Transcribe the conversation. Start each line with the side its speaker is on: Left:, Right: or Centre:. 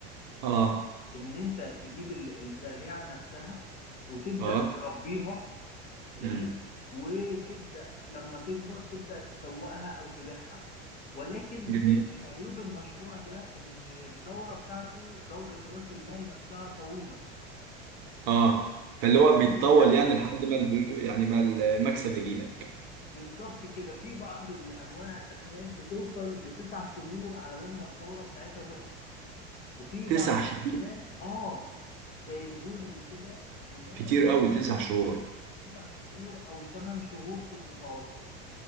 Right: اه
Left: ان انت تجيب ال- الزريعة نفسها وتبدأ
Right: اه
Left: تربيها جميل
Right: امم
Left: وتبدأ لما تكبر تبدأ تسوقها أو تبيعها ولكن
Right: جميل
Left: آه، من عيوب المشروع ده إن الدورة بتاعته دورة رأس المال نفسها طويلة
Right: اه فاللي هو بيتطول
Left: يعني
Right: يعني لحد ما الف- يعني ما المكسب
Left: في
Right: يجي لك
Left: بالظبط كده في بعض الأنواع الأسماك بتوصل لتسع شهور على بال ما الدورة بتاعتها تخلص وفي
Right: تسع
Left: بعض الأسماك
Right: شهور
Left: آه زي البوري وكده الدورة
Right: كتير
Left: بتاعتها
Right: قوي تسع شهور
Left: تسع شهور أو ثمان شهور في المتوسط